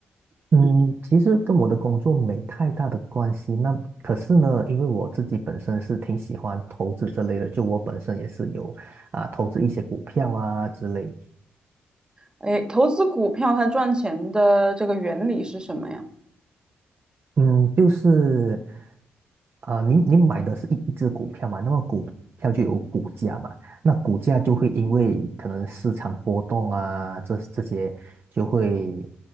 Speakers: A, on the right; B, on the right.
A: 嗯，其实跟我的工作没太大的关系。那可是呢，因为我自己本身是挺喜欢投资这类的，就我本身也是有啊、投资一些股票啊之类
B: 哎，投资股票它赚钱的这个原理是什么呀？
A: 嗯，就是，呃，您您买的是一一只股票嘛，那么股票就有股价嘛，那股价就会因为可能市场波动啊，这这些就会